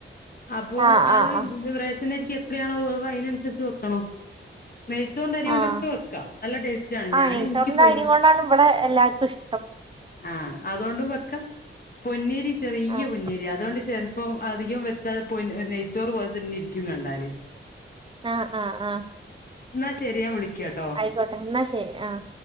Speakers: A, on the left (about 45°); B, on the right (about 25°).
A: അപ്പൊ
B: ആഹ്
A: അത്
B: ആഹ് ആഹ്
A: റേഷനരിക്ക് എത്രയാണോ വേവ് അയ്നനുസരിച്ച് വെക്കണോ നെയ്ച്ചോറിന്റെ അരി കൊണ്ടൊക്കെ
B: ആഹ്
A: വെക്കാം നല്ല ടേസ്റ്റ് ആണ്
B: ആഹ്
A: ഞാൻ
B: നെയ്ച്ചോറിന്റെ
A: ഇൻക്ക് പൊൻ
B: അരി കൊണ്ടാണ് ഇവിടെ എല്ലാർക്ക് ഷ്
A: ആഹ് അതൊണ്ടും വെക്ക പൊന്നി അരി ചെറിയ
B: ആഹ്
A: പൊന്നേരി അതോണ്ട് ചെലപ്പോം അധികം വെച്ചാത് പൊ നെയ്ച്ചോറ് പോലെ തന്നെ ഇരിക്കും ക്കും കണ്ടാല്
B: ആഹ് ആഹ് ആഹ്
A: എന്നാ ശരി ഞാൻ വിളിക്ക
B: ആയിക്കോട്ടെ എന്നാ ശരി ആഹ്